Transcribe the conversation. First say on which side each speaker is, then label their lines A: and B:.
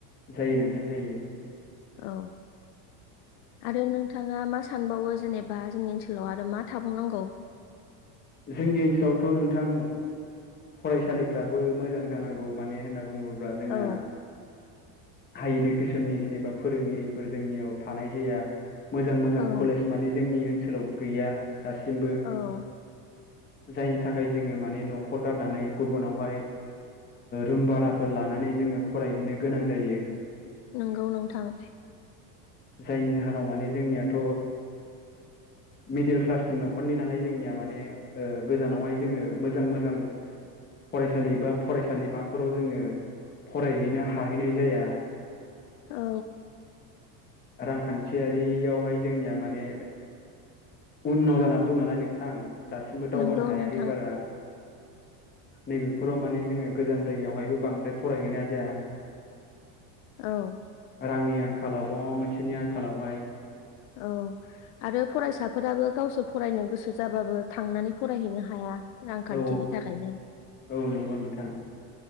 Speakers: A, on the left; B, on the left.
A: जायो नोंथां जायो।
B: औ आरो नोंथाङा मा सानबावो जेनेबा जोंनि ओनसोलाव आरो मा थाबावनांगौ।
A: जोंनि ओनसोलावथ' नोंथां। फरायसालिफ्राबो मोजां जानांगौ माने होनना बुङोब्ला जोंना
B: औ
A: हाइ इडुकेसननि जेनेबा फोरोंगिरिफोर जोंनियाव थानाय जाया। मोजां मोजां
B: औ
A: कलेज माने जोंनि ओनसोलाव गैया दासिमबो।
B: औ।
A: जायनि थाखाय जोङो माने न'खर गारनानै गुबुनावहाय रुम भाराफोर लानानै जोङो फरायहैनो गोनां जायो।
B: नंगौ नोंथां।
A: जायनि जाहोनाव माने जोंनियाथ'। मिडिल क्लासनि न'खरनि नालाय। जोंनिया माने गोजानावहाय जोङो मोजां - मोजां फरायसालि बा फरायसालिमाफोराव जोङो फरायहैनो हाहैनाय जाया।
B: औ।
A: रांखान्थियारियावहाय जोंनिया माने। उनाव जानानै दं नालाय नोंथां दासिमबो दावगानो
B: नंगौ
A: हायाखै
B: नोंथां
A: बारा। नैबेफोराव माने जोङो गोजान जायगायावहायबो बांद्राय फरायहैनाय जाया।
B: औ।
A: रांनि आंखालाव बा माबा मोनसेनि आंखालावहाय।
B: औ आरो फरायसाफोराबो गावसोर फरायनो गोसो जाबाबो थांनानै फरायहैनो हाया। रांखान्थिनि
A: औ
B: थाखायनो।
A: औ नंगौ नोंथां